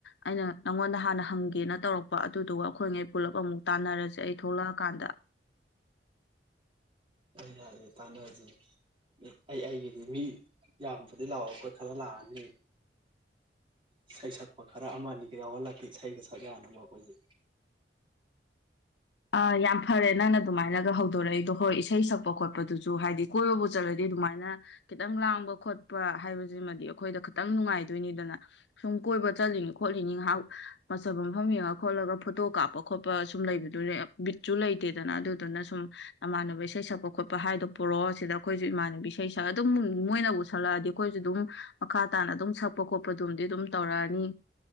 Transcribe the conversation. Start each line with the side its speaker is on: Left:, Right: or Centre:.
Left: ꯑꯩꯅ ꯅꯪꯉꯣꯟꯗ ꯍꯥꯟꯅ ꯍꯪꯒꯦꯅ ꯇꯧꯔꯛꯄ ꯑꯗꯨꯗꯨꯒ ꯑꯩꯈꯣꯏꯉꯩ ꯄꯨꯜꯂꯞ ꯑꯃꯨꯛ ꯇꯥꯟꯅꯔꯁꯦ ꯑꯩ ꯊꯣꯛꯂꯛꯑꯀꯥꯟꯗ
Right: ꯍꯣꯌ ꯌꯥꯏꯌꯦ ꯇꯥꯟꯅꯖꯦ ꯑꯩ ꯑꯩꯒꯤꯗꯤ ꯃꯤ ꯌꯥꯝꯕꯨꯗꯤ ꯂꯥꯛꯑꯣꯏ ꯑꯩꯈꯣꯏ ꯈꯔ ꯂꯥꯛꯑꯅꯤ ꯏꯁꯩ ꯁꯛꯄ ꯈꯔ ꯑꯃꯅꯤ ꯑꯅꯤꯒ ꯌꯥꯎꯍꯜꯂꯛꯀꯦ ꯏꯁꯩꯒ ꯁꯛ ꯌꯥꯅꯕ ꯑꯩꯈꯣꯏꯖꯦ
Left: ꯑ ꯌꯥꯝ ꯐꯔꯦ ꯅꯪꯅ ꯑꯗꯨꯃꯥꯏꯅꯒ ꯍꯧꯗꯣꯔꯛꯏꯗꯣ ꯍꯣꯏ ꯏꯁꯩ ꯁꯛꯄ ꯈꯣꯠꯄꯗꯨꯖꯨ ꯍꯥꯏꯗꯤ ꯀꯣꯏꯕꯕꯨ ꯆꯠꯂꯗꯤ ꯑꯗꯨꯃꯥꯏꯅ ꯈꯤꯇꯪ ꯂꯥꯡꯕ ꯈꯣꯠꯄ ꯍꯥꯏꯕꯁꯤꯃꯗꯤ ꯑꯩꯈꯣꯏꯗ ꯈꯤꯇꯪ ꯅꯨꯡꯉꯥꯏꯗꯣꯏꯅꯤꯗꯅ ꯁꯨꯝ ꯀꯣꯏꯕ ꯆꯠꯂꯤꯅꯤ ꯈꯣꯠꯂꯤꯅꯤ ꯉꯥꯏꯍꯥꯛ ꯃꯖꯕ ꯃꯐꯝ ꯌꯦꯡꯉ ꯈꯣꯠꯂꯒ ꯐꯣꯇꯣ ꯀꯥꯞꯄ ꯈꯣꯠꯄ ꯁꯨꯝ ꯂꯩꯕ <inaudible> ꯕꯤꯠꯁꯨ ꯂꯩꯇꯦꯗꯅ ꯑꯗꯨꯗꯨꯅ ꯁꯨꯝ ꯅꯃꯥꯟꯅꯕ ꯏꯁꯩ ꯁꯛꯄ ꯈꯣꯠꯄ ꯍꯥꯏꯗꯣ ꯄꯨꯔꯑꯣ ꯁꯤꯗ ꯑꯩꯈꯣꯏꯁꯨ ꯏꯃꯥꯟꯅꯕꯤ ꯏꯁꯩ ꯁꯛꯑ ꯑꯗꯨꯝ ꯃꯣꯏꯅ ꯁꯛꯂꯛꯑꯗꯤ ꯑꯩꯈꯣꯏꯁꯨ ꯑꯗꯨꯝ ꯃꯈꯥ ꯇꯥꯅ ꯑꯗꯨꯝ ꯁꯛꯄ ꯈꯣꯠꯄꯗꯨꯝꯗꯤ ꯑꯗꯨꯝ ꯇꯧꯔꯛꯑꯅꯤ